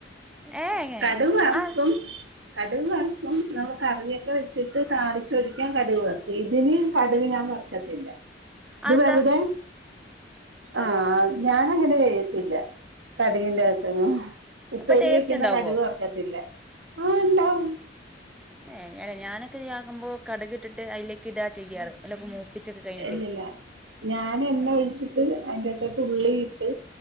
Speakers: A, in the centre; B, on the right (about 85°).
A: ഏ
B: കടുക് വറുക്കും
A: ആ
B: കടുക് വറുക്കും നമ്മൾ കറിയൊക്കെ വെച്ചിട്ട് താളിച്ചൊഴിക്കാൻ കടുക് വറുക്കും ഇതിന് കടു ഞാൻ വറുക്കതില്ലാ ഇത്
A: ആ എന്താ
B: വെറുതെ ആ ഞൻ അങ്ങനെ ചെയ്യത്തില്ല കടുകിൻ്റെ <unintelligible> ഉപ്പേരി
A: അപ്പൊ ടേസ്റ്റ്
B: വെക്കുന്ന
A: ഉണ്ടാവോ
B: കടുക് വർക്കത്തില്ലെ ആഹ് ഇണ്ടാവും
A: <unintelligible> ഞാൻ ഇതാക്ക് മ്പോൾ കട്ക് ഇട്ടിട്ട് അയിലേക്ക് ഇടാ ചെയ്യാറ് മൂപ്പിച്ചൊക്കെ കഴിഞ്ഞിട്ടേ
B: ഇല്ലില്ല ഞൻ എണ്ണ
A: ഏ
B: ഒഴിച്ചിട്ട് അതിന്റത്തോട്ട് ഉള്ളി ഇട്ട്